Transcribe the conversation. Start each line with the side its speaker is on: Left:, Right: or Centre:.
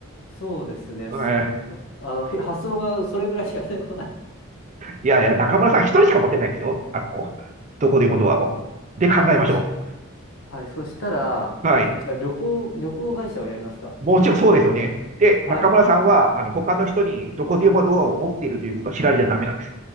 Left: そうですね。
Right: うん、
Left: そあの、へ発想がそれぐらいしか出てこない。
Right: いやいや、中村さん一人しか持ってないんですよ。あの、どこでもドアを。で、考えましょ
Left: あ、そし、はい。そしたら、
Right: う。はい。
Left: じゃあ旅行、旅行会社をやりますか。
Right: もちろんそうですよね。で、
Left: はい。
Right: 中村さんは、あの、他の人にどこでもドアを持っているということを知られちゃダメなんです